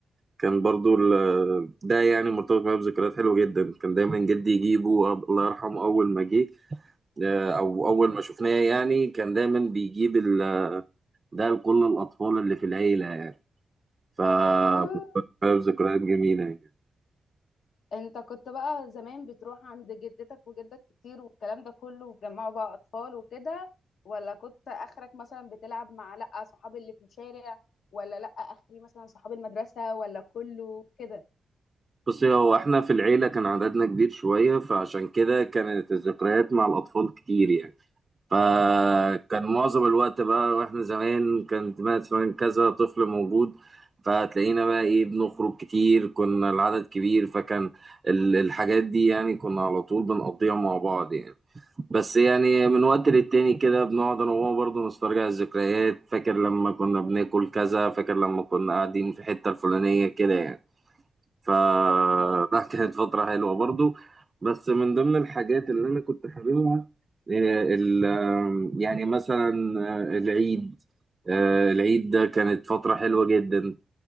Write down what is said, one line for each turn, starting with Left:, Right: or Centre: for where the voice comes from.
Right: كان برضو ال- ده يعني مرتبط معايا بذكريات حلوه جدا كان دايما جدي يجيبه أب- الله يرحمه اول ما جه آه، او
Left: مم.
Right: اول ما شفناه يعني كان دايما بيجيب ال- ده لكل الاطفال اللي في العيله ف
Left: اه
Right: ذكريات جميلة يعني
Left: انت كنت بقى زمان بتروح عند جدتك وجدك كتير والكلام ده كله وتجمعوا بقى اطفال وكده ولا كنت اخرك مثلا بتلعب مع لا صحابي اللي في الشارع ولا لا اخري مثلا صحاب المدرسة ولا كله كده
Right: بصي هو احنا في العيلة كان عددنا كبير شوية فعشان كده كانت الذكريات مع الأطفال كتير يعني فكان معظم الوقت بقى واحنا زمان كانت مثلا كذا طفل موجود فتلاقينا بقى ايه بنخرج كتير كنا العدد كبير فكان ال- الحاجات دي يعني كنا على طول بنقضيها مع بعض يعني بس يعني من وقت للتاني كده بنقعد انا وهو برضه نسترجع الذكريات فاكر لما كنا بناكل كذا فاكر لما كنا قاعدين في الحتة الفلانية كده يعني ف
Left: امم
Right: لا كانت فترة حلوة برضه بس من ضمن الحاجات اللي انا كنت حاببها آه، ال- آه، يعني مثلا آه، العيد آه، العيد ده كانت فترة حلوة جدا